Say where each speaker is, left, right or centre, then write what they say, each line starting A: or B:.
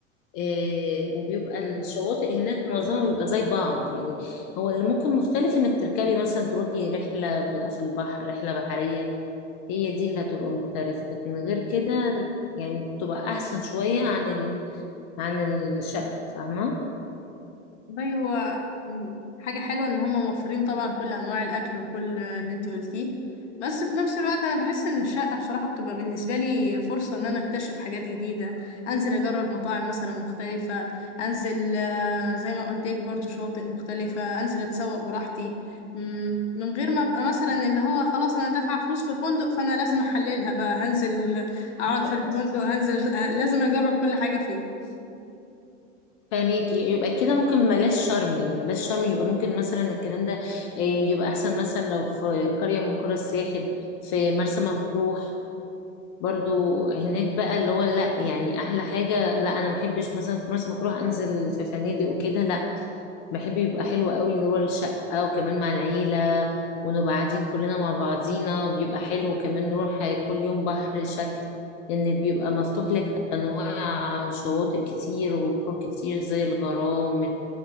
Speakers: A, on the left; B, on the left.
A: آه، وبيبقى الشواطئ هناك معظمها بيبقى زي بعض يعني هو اللي ممكن مختلف إنك تركبي مثلا تروحي رحلة بيبقى في البحر رحلة بحرية هي دي اللي هتبقى مختلفة لكن غير كده يعني بتبقى أحسن شوية عن ال... عن الشقة فاهمة
B: والله هو م- حاجة حلوة إن هم موفرين طبعا كل أنواع الأكل وكل اللي أنت قلتيه بس في نفس الوقت أنا بحس إن الشقة بصراحة بتبقى بالنسبة لي فرصة إن أنا أكتشف حاجات جديدة أنزل أجرب مطاعم مثلا مختلفة أنزل آه، زي ما قلت لك برضو شواطئ مختلفة أنزل أتسوق براحتي م- من غير ما أبقى مثلا اللي هو خلاص أنا دافعة فلوس في فندق فأنا لازم أحللها بقى هنزل أقعد
A: ف-
B: في الفندق هنزل <laughs> لازم أجرب كل حاجة فيه
A: فاهميكي يبقى كده ممكن بلاش شرم يعني بلاش شرم يبقى ممكن مثلا الكلام ده آه، يبقى أحسن مثلا لو في قرية من قرى الساحل في مرسى مطروح برضو هناك بقى اللي هو لا يعني احلى حاجه لا انا ما بحبش مثلا في مرسى مطروح انزل في فنادق وكده لا بحب يبقى حلو قوي اللي هو الشقه وكمان مع العيله ونبقى قاعدين كلنا مع بعضينا بيبقى حلو وكمان نروح كل يوم بحر شكل لان بيبقى مفتوح لك انواع شواطئ كتير وبحور كتير زي الغرام